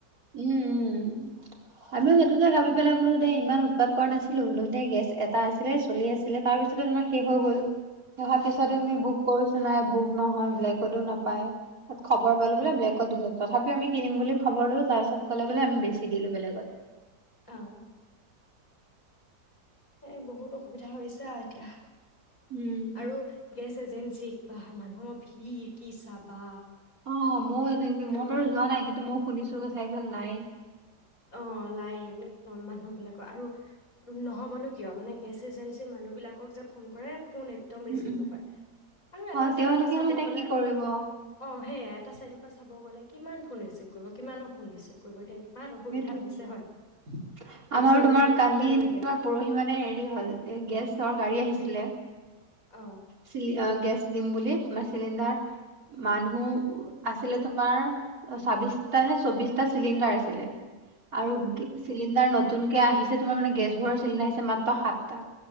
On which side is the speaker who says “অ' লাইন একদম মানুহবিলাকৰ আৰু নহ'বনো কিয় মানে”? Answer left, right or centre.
Left